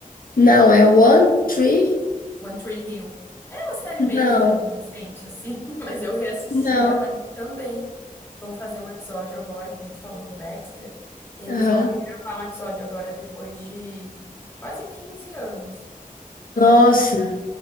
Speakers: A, on the left (about 70°); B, on the left (about 15°).
A: Não, é One Tree?
B: One Tree Hill. É uma série
A: Não,
B: meio de adolescente, assim, <laughs> mas eu reassisti
A: não.
B: ela e também vão fazer um episódio agora, que nem tu falou do Dexter. Eles
A: Aham.
B: vão regravar um episódio agora depois de quase 15 anos. Então,
A: Nossa.
B: eu